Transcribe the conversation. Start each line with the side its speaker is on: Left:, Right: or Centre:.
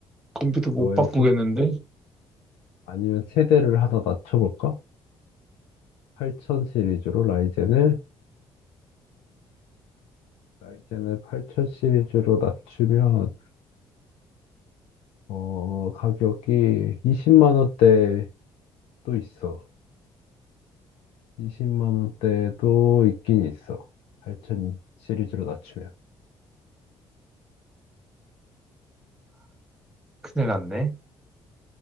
Centre: 컴퓨터 못
Left: 너의
Centre: 바꾸겠는데?
Left: 선, 아니면 세대를 하나 낮춰볼까? 8000 시리즈로 라이젠을, 라이젠을 8000 시리즈로 낮추면, 어, 가격이 이십만 원대 또 있어. 20만 원대도 있긴 있어. 8000 시리즈로 낮추면.
Centre: 큰일 났네.